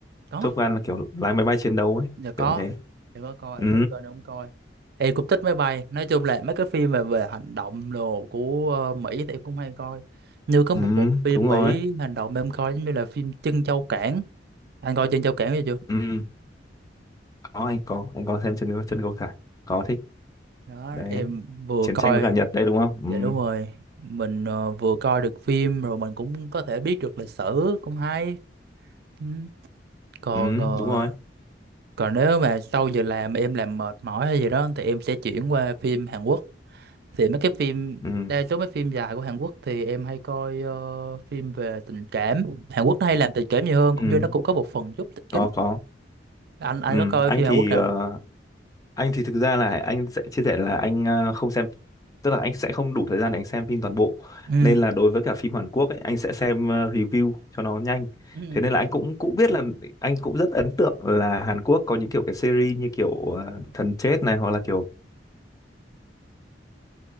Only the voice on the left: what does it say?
Top Gun là kiểu lái máy bay chiến đấu ấy
kiểu như thế
ừ
ừ
đúng
rồi
ừ có anh có anh có xem chân chân câu cải có thích
đấy
chiến
tranh với cả Nhật đấy đúng không ừ
ừ
đúng rồi
ừ
ừ
có
có
ừ
anh
thì
ờ,
anh thì thực ra là anh sẽ chia sẻ là anh ờ, không xem tức là anh sẽ không đủ thời gian để anh xem phim toàn bộ
nên là đối với cả phim Hàn Quốc ấy anh sẽ xem ờ, review cho nó nhanh
thế nên là anh cũng cũng biết là anh cũng rất ấn tượng là Hàn Quốc có những kiểu cái series như kiểu ờ, thần chết này hoặc là kiểu